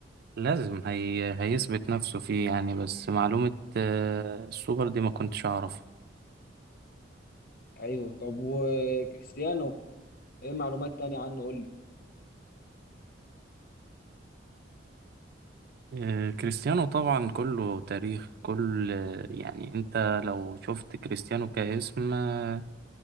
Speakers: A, on the right; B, on the left.
A: لازم هي هيثبت نفسه فيه يعني بس معلومة آه، السوبر دي ما كنتش اعرف
B: ايوه طب وكريستيانو ايه معلومات تانية عنه قول لي
A: آه، كريستيانو طبعا كله تاريخ كل آه، يعني انت لو شفت كريستيانو كاسم آه،